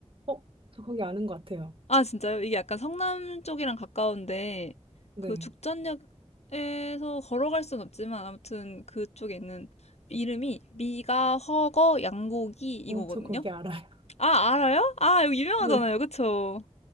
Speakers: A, on the right; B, on the left.
A: 어, 저 거기 아는 것 같아요.
B: 아, 진짜요? 이게 약간 성남 쪽이랑 가까운데,
A: 네.
B: 그 죽전역에서 걸어갈 순 없지만, 아무튼 그쪽에 있는 이름이 미가, 허거, 양고기 이거거든요?
A: 어, 저 거기 알아요.
B: 아, 알아요? 아, 여기 유명하잖아요.
A: <laughs> 네,
B: 그쵸?